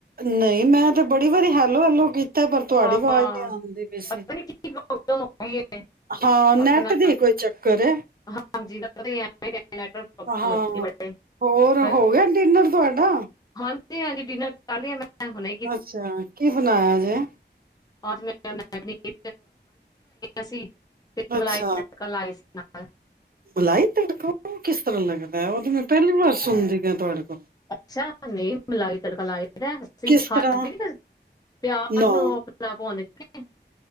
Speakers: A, on the right; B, on the left.
A: ਨਹੀਂ ਮੈਂ ਤਾਂ ਬੜੀ ਵਾਰੀ ਹੈਲੋ ਹੈਲੋ ਕੀਤੀ ਪਰ ਤੁਹਾਡੀ
B: ਹਾਂ
A: ਆਵਾਜ਼ ਨੀ ਆਉਂਦੀ ਵੈਸੇ
B: ਪਤਾ ਨੀ ਕੀ ਪ੍ਰੋਬਲਮ ਹੋ ਗਈ ਏ
A: ਹਾਂ ਨੈਟ
B: ਆਪਣਾ
A: ਦੀ ਕੋਈ ਚੱਕਰ
B: ਹਾਂਜੀ ਨੈਟਵਰਕ ਪ੍ਰੋਬਲਮ
A: ਹਾਂ
B: ਹੁੰਦੀ ਬੜੇ
A: ਹੋਰ
B: ਹੈਲੋ,
A: ਹੋ ਗਿਆ ਡਿਨਰ ਤੁਹਾਡਾ?
B: ਹਾਂਜੀ ਹਾਂਜੀ ਡਿਨਰ ਕ ਮੈਂ ਹੁਣੇ
A: ਅੱਛਾ ਕੀ ਬਣਾਇਆ ਜੇ
B: ਬਣਾ ਗਈ ਸੀ ਤੇ
A: ਅੱਛਾ
B: ਮਲਾਈ ਰਿੜਕਣ ਲਾਏ ਸੀ ਨਾ
A: ਮਲਾਈ ਤੜਕਾ ਔ ਕਿਸ ਤਰ੍ਹਾਂ ਲੱਗਦਾ? ਔ ਤੇ ਮੈਂ ਪਹਿਲੀ ਵਾਰ ਸੁਣ ਰਹੀ ਹਾਨ ਤੁਹਾਡੇ ਕੋਲ।
B: ਅੱਛਾ, ਨਹੀਂ ਮਲਾਈ ਤੜਕਾ ਲਗਦਾ। ਅਸੀਂ
A: ਕਿਸ
B: ਖਾਂਦੇ
A: ਤਰ੍ਹਾਂ
B: ਨਹੀ ਪਿਆਜ
A: ਨਾ
B: ਨੂੰ ਪੇਲਾ ਪੁਨ ਕੇ। <unintelligible>